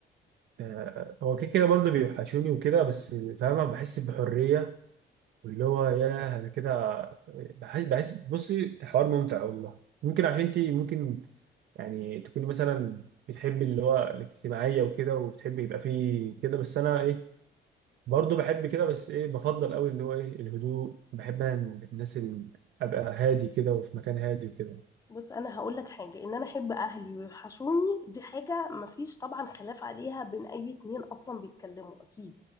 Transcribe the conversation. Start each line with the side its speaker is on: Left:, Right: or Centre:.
Right: آه، هو كده كده برضو بيوحشوني وكده بس فاهمه بحس بحريه واللي هو ياه انا كده بحس بحس بصي الحوار ممتع والله ممكن عشان انت ممكن يعني تكوني مثلا بتحبي اللي هو الاجتماعية وكده وبتحبي يبقى فيه كده بس أنا إيه برضه بحب كده بس إيه بفضل أوي اللي هو إيه الهدوء بحب أنا الناس اللي أبقى هادي كده وفي مكان هادي وكده
Left: بص انا هقول لك حاجه ان انا احب اهلي ويوحشوني دي حاجه مفيش طبعا خلاف عليها بين اي اتنين اصلا بيتكلموا اكيد